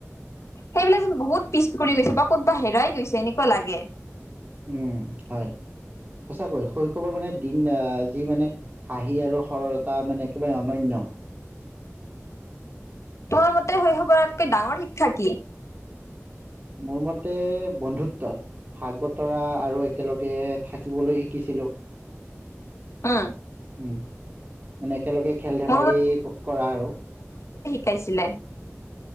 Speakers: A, on the left; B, on the right.
A: সেইবিলাক যেন বহুত পিছ পৰি গৈছে বা ক'তবা হেৰাই গৈছে এনেকুৱা লাগে।
B: উম হয় সঁচাকৈ শৈশৱৰ মানে দিন আহ যি মানে হাঁহি আৰু সৰলতা মানে একেবাৰে অননয়।
A: তোমাৰ মতে শৈশৱ আতকৈ ডাঙৰ শিক্ষা কি।
B: মোৰ মতে বন্ধুত্ব ভাগ বতৰা আৰু একেলগে থাকিবলৈ শিকিছিলো?
A: উম
B: উ মানে। একেলগে খেল ধেমালি
A: মোৰ
B: কৰা আৰু।
A: কাইছিলে?